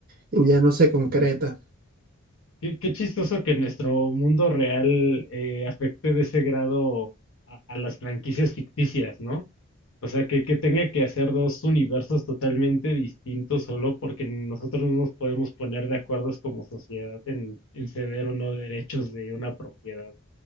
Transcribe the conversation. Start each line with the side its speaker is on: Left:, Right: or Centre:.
Right: y ya no se concreta.
Left: qué, qué chistoso que nuestro mundo real eh, afecte de ese grado a, a las franquicias ficticias, ¿no? O sea, que, que tenga que hacer dos universos totalmente distintos solo porque nosotros no nos podemos poner de acuerdos como sociedad en, en ceder o no derechos de una propiedad.